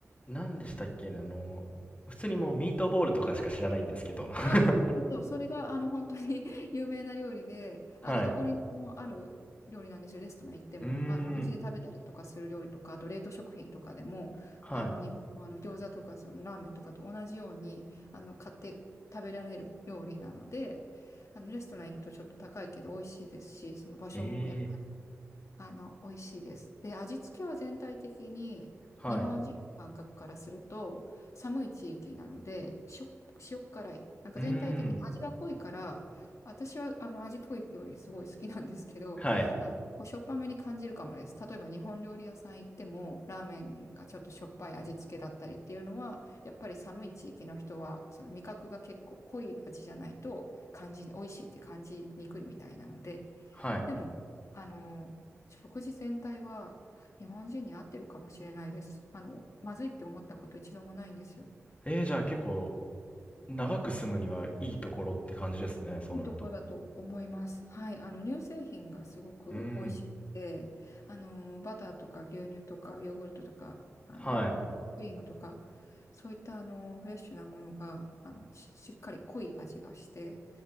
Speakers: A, on the left; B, on the left.
A: 何でしたっけね、あの、普通にもうミートボールとかしか知らないんですけど。<laughs>
B: あ、そうそうそう。それが、あの、本当に <laughs> 有名な料理で、
A: はい。
B: あの、どこにもある料理なんですよ。レストラン行っても。
A: うーん。
B: あの、お家で食べたりとかする料理とか、あと冷凍食品とかでも、
A: はい。
B: あの、日本のあの餃子とか、そのラーメンとかと同じように、あの、買って食べられる料理なので、あの、レストラン行くとちょっと高いけど美味しいですし、その場所もやっぱり
A: ええ
B: あの、美味しいです。で、味付けは全体的に日本人の感覚からすると寒い地域なので、
A: はい。
B: しょ、塩辛い。なんか全体的に味が濃いから、
A: うーん。
B: 私はあの味濃い料理すごい好きなんですけど、
A: はい。
B: あの、結構しょっぱめに感じるかもです。例えば日本料理屋さん行っても、ラーメンがちょっとしょっぱい味付けだったりっていうのは、やっぱり寒い地域の人は、その味覚が結構濃い味じゃないと感じ、美味しいって感じにくいみたいなので、
A: はい。
B: でも、あの、食事全体は日本人に合ってるかもしれないです。あの、まずいって思ったこと一度もないんですよ。
A: ええじゃあ結構、長く住むにはいいところって感じですね、そうなると。
B: いいとこだと思います。はい。あの、乳製品がすごく美味しくて、
A: うーん。
B: あの、バターとか牛乳とかヨーグルトとか、あの、
A: はい。
B: クリームとか、そういったあの、フレッシュなものが、あの、ししっかり濃い味がして、